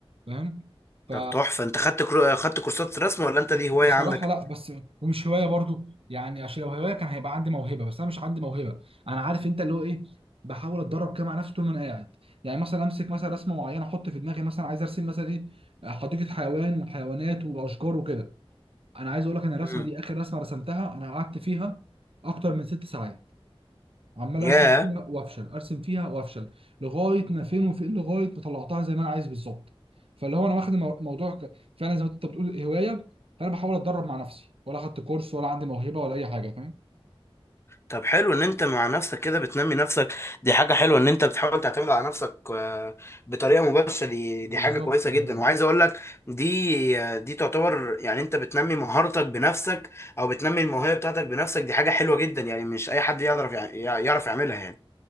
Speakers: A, on the right; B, on the left.
A: فاهم ف
B: طب تحفه انت خدت كرو... خدت كورسات رسم ولا انت دي هوايه
A: بصراحة
B: عندك
A: لا بس ومش هواية برضو يعني عشان لو هواية كان هيبقى عندي موهبة بس أنا مش عندي موهبة أنا عارف أنت اللي هو إيه بحاول أتدرب كده مع نفسي طول ما أنا قاعد يعني مثلا أمسك مثلا رسمة معينة أحط في دماغي مثلا عايز أرسم مثلا إيه حديقة حيوان وحيوانات وأشجار وكده أنا عايز أقول لك إن الرسمة
B: امم
A: دي آخر رسمة رسمتها أنا قعدت فيها أكتر من ست ساعات عمال
B: ياه
A: ارسم فيها وافشل ارسم فيها وافشل لغايه ما فين وفين لغايه ما طلعتها زي ما انا عايز بالظبط فاللي هو انا واخد المو- الموضوع ك- فعلا زي ما انت بتقول هوايه فانا بحاول اتدرب مع نفسي ولا اخدت كورس ولا عندي موهبه ولا اي حاجه فاهم
B: طب حلو ان انت مع نفسك كده بتنمي نفسك دي حاجه حلوه ان انت بتحاول تعتمد على نفسك آه، بطريقه مباشره دي
A: بالظبط
B: دي حاجه كويسه
A: دي
B: جدا
A: حقيقة.
B: وعايز اقول لك دي آه، دي تعتبر يعني انت بتنمي مهارتك بنفسك او بتنمي الموهبه بتاعتك بنفسك دي حاجه حلوه جدا يعني مش اي حد يعرف يع- يعرف يعملها يعني